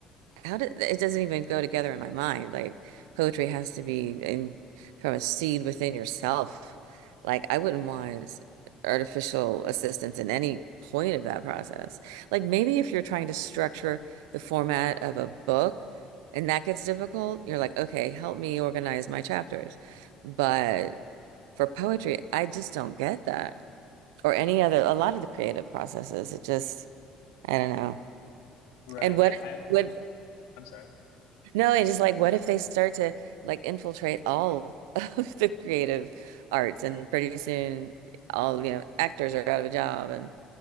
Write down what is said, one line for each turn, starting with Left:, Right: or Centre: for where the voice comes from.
Right: how did it doesn't even go together in my mind. Like poetry has to be in from a seed within yourself. Like I wouldn't want artificial assistance in any point of that process. Like maybe if you're trying to structure the format of a book and that gets difficult, you're like, okay, help me organize my chapters. But for poetry, I just don't get that. Or any other, a lot of the creative processes. It just, I don't know.
Left: Right.
Right: And what
Left: I, I
Right: what
Left: I'm sorry.
Right: No, it is like, what if they start to like infiltrate all <laughs> of the creative arts, and pretty soon, all you know, actors are out of a job, and